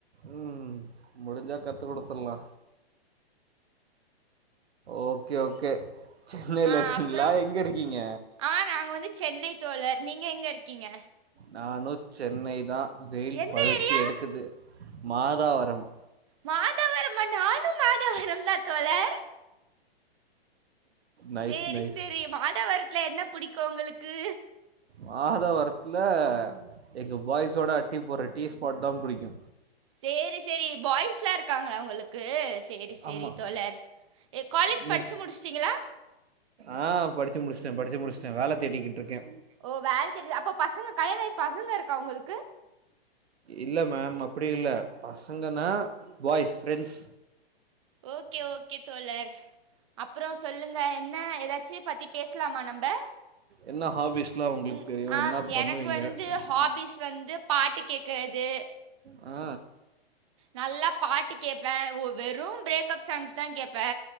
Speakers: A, on the right; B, on the right.
A: ம் முடிஞ்சா கத்துக்குடுத்துர்லா ஓகே ஓகே சென்னையில
B: ஆ
A: ஃபுல்லா
B: அப்புறம்
A: எங்க இருக்கீங்க
B: ஆ நாங்க வந்து சென்னை தோழர் நீங்க எங்க இருக்கீங்க
A: நானு சென்னை தா வெயில்
B: எந்த
A: பழுத்தி
B: ஏரியா
A: எடுக்குது மாதாவரம்
B: மாதவரமா நானு மாதவரம் தா தோழர்
A: நைஸ்
B: சேரி
A: நைஸ்
B: சேரி மாதாவரத்துல என்ன புடிக்கு உங்களுக்கு
A: மாதாவரத்தில எங்க பாய்ஸோடு அட்டி போடுற டீ ஸ்பாட் தா புடிக்கு
B: சேரி சேரி பாய்ஸ்லா இருக்காங்களா உங்களுக்கு சேரி சேரி
A: ஆமாம்
B: தோழர் ஏ காலேஜ்
A: நீ
B: படிச்சு முடிச்சுட்டிங்களா
A: ஆ படிச்சு முடிச்சிட்டே படிச்சு முடிச்சிட்டே வேல தேடிகிட்டு இருக்கே
B: ஓ வேல தேர்ட அப்ப பசங்க கல்யாணாயி பசங்க இருக்கா உங்களுக்கு
A: இல்ல மேம் அப்டி இல்ல பசங்கன்னா பாய்ஸ் ஃப்ரெண்ட்ஸ்
B: ஓகே ஓகே தோழர் அப்பறோ சொல்லுங்க என்ன எதாச்சீ பத்தி பேசலாமா நம்ம
A: என்ன ஹாபீஸ்லாம் உங்களுக்கு
B: ம்
A: தெரியும்
B: ஆ
A: என்ன பண்ணுவீங்க
B: எனக்கு வந்து ஹாபிஸ் வந்து பாட்டு கேக்றது
A: ஆ
B: நல்லா பாட்டு கேட்பேன் வெறும் பிரேக்ப் சாங்ஸ் தா கேட்பே